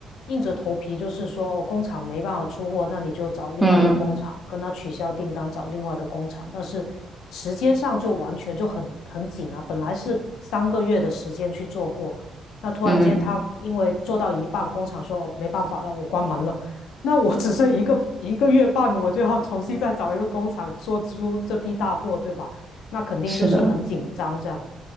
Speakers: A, on the left; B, in the centre.
A: 硬着头皮，就是说哦，工厂没办法出货，那你就找另外的工厂跟他取消订单，
B: 嗯
A: 找另外的工厂。但是时间上就完全就很很紧啊，本来是三个月的时间去做货，那突然间他因为做到一半，
B: 嗯，
A: 工厂说哦没办法了，我关门了。那我只剩一个一个月半，我就要重新再找一个工厂做出这批大货，对吧？那肯定就是很紧张这样。
B: 是的。